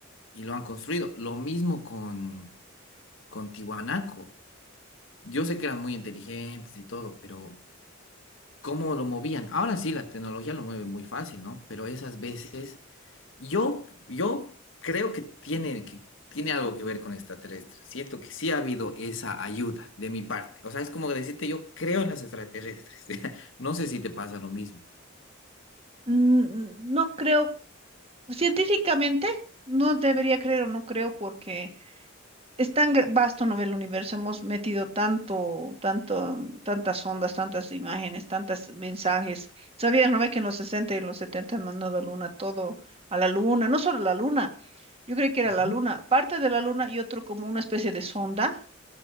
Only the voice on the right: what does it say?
Mm, No creo, científicamente, no debería creer o no creo porque... Es tan gra- vasto, ¿no? El universo, hemos metido tanto, tanto, tantas ondas, tantas imágenes, tantos mensajes. ¿Sabías, no ve que en los 60 y en los 70 han mandado a luna todo a la luna? No solo la luna, yo creí que era
la luna, parte de la luna y otro como una especie de sonda